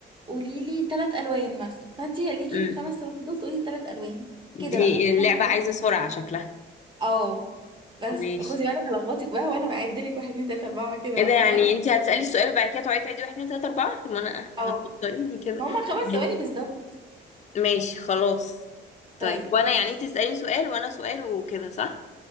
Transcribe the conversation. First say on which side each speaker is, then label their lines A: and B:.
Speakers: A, on the right (about 25°); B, on the left (about 35°).
A: قوليلي تلات الوان مثلا فانتي ليكي
B: مم.
A: في الخمس ثواني دول تقولي تلات الوان
B: دي
A: كده بقى حاجة
B: اللعبة عايزة
A: زي كده.
B: سرعة شكلها
A: اه بس
B: ماشي
A: خدي بالك هلخبطك بقى وانا بعدلك واحد اتنين تلاتة اربعة كده
B: ايه
A: بقى
B: ده يعني
A: فاهم
B: انت هتسألي السؤال وبعد كده تقعدي تعيدي واحد اتنين تلاتة اربعة طب ما انا
A: اه
B: هتضطريني كده
A: هما خمس
B: ماشي
A: ثواني بالظبط
B: ماشي، خلاص طيب
A: طيب
B: وانا
A: ماشي
B: يعني انت تسأليني سؤال وانا سؤال وكده صح